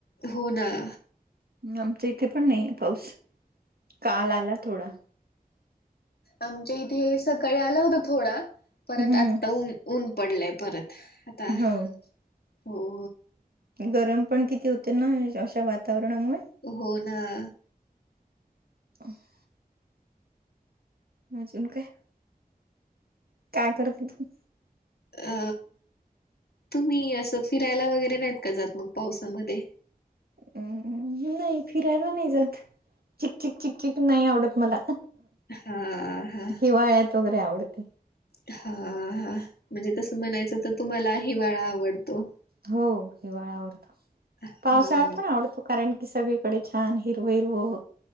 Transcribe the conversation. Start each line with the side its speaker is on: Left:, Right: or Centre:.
Left: हो नां
Right: आमच्यां इथे पणं नाहीये पाऊस कांल आलां थोडां
Left: आमच्यां इथे सकाळीं आलं होतं थोडां परंत
Right: हम्म
Left: आतां ऊंन ऊंन पडलेयं परंत आतां हो
Right: हो गरम पणं किती होतें नां अशा वातावरणांमुळे
Left: हो नां
Right: अ <unintelligible> अजूंन कायं कायं करतें तूं
Left: अ तुम्हीं असं फिरायलां वगैरें नाहीत कां जातं मंग पावसांमंध्ये
Right: नाही फिरायला नाही जात चिक चिक चिक नाही आवडत मला.
Left: हा हा
Right: हिवाळ्यात वगैरे आवडते.
Left: हा हा म्हणजे तसं म्हणायचं तर तुम्हाला हिवाळा आवडतो.
Right: हो हिवाळ आवडतो
Left: हा
Right: पावसाळा पण आवडतो. कारण की सगळीकडे छान हिरवं-हिरवं हो